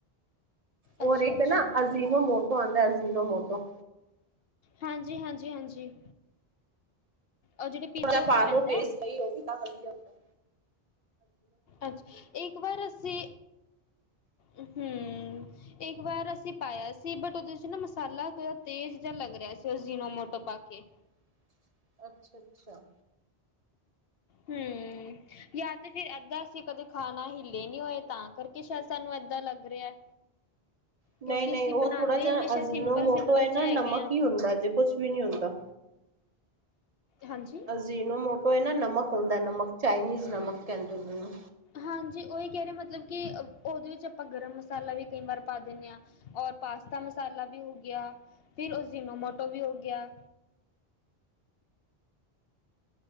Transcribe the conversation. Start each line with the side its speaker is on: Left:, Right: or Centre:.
Right: ਹੋਰ
Left: ਅੱਛਾ
Right: ਇੱਕ
Left: ਅੱਛਾ
Right: ਨਾ ਅਜੀਿਨੋ ਮੋਟੋ ਆਉਂਦਾ ਅਜੀਿਨੋ ਮੋਟੋ
Left: ਹਾਂਜੀ ਹਾਂਜੀ ਹਾਂਜੀ ਉਹ ਜਿਹੜੇ ਪੀਜ਼ਾ
Right: ਹੁਣ
Left: ਉੱਤੇ
Right: ਪਾਣ
Left: ਪੈਂਦਾ
Right: ਨੂੰ ਟੇਸਟ
Left: ਹੈ।
Right: ਉਹ ਵੀ ਤਾਂ ਵਧੀਆ ਹਦਾ
Left: ਅੱਛਾ ਇੱਕ ਵਾਰ ਅਸੀਂ ਹਮ ਇੱਕ ਵਾਰ ਅਸੀ ਪਾਇਆ ਸੀ ਬਟ ਉਹਦੇ ਚ ਨਾ ਮਸਾਲਾਾ ਤੇਜ਼ ਜਿਹਾ ਲੱਗ ਰਿਹਾ ਸੀ ਉਹ ਜੀਨੋ ਮੋਟੋ ਪਾ ਕੇ
Right: ਹ ਅੱਛਾ ਅੱਛਾ
Left: ਹਮ ਜਾਂ ਤੇ ਫਿਰ ਅੱਧਾ ਅਸੀਂ ਕਦੇ ਖਾਣਾ ਹਿੱਲੇ ਨੀ ਹੋਏ ਤਾਂ ਕਰਕੇ ਸਾਨੂੰ ਕੀਦਾਂ ਲੱਗ ਰਿਹਾ
Right: ਹ
Left: ਕਿਉਂਕਿ
Right: ਨਹੀਂ ਨਹੀਂ
Left: ਅਸੀਂ
Right: ਉਹ
Left: ਬਣਾਉਂਦੇ
Right: ਥੋੜਾ ਜਿਹਾ
Left: ਹਮੇਸ਼ਾ
Right: ਅਜੀਿਨੋ
Left: ਸਿੰਪਲ-ਸਿੰਪਲ
Right: ਮੋਟੋ ਹੈ
Left: ਜੇ
Right: ਨਾ
Left: ਹੈਗੇ
Right: ਨਮਕ
Left: ਆ।
Right: ਹੀ ਹੁੰਦਾ ਜੇ ਕੁਛ ਵੀ ਨਹੀਂ ਹੁੰਦਾ
Left: ਹਾਂਜੀ।
Right: ਅਜੀਨ ਮੋਟੋ ਹੈ ਨਾ ਨਮਕ ਹੁੰਦਾ ਨਮਕ ਚਾਈਨੀਜ਼ ਨਮਕ ਕਹਿੰਦੇਨੂੰ
Left: ਹਾਂਜੀ ਉਹੀ ਕਹਿ ਰਹੇ ਮਤਲਬ ਕਿ ਉਹਦੇ ਵਿੱਚ ਆਪਾਂ ਗਰਮ ਮਸਾਲਾ ਵੀ ਕਈ ਵਾਰ ਪਾ ਦਿੰਦੇ ਹਾਂ ਪਾਸਤਾ ਮਸਾਲਾ ਵੀ ਹੋ ਗਿਆ ਫਿਰ ਉਸਨੋਮੋਟੋ ਵੀ ਹੋ ਗਿਆ।
Right: <inaudible>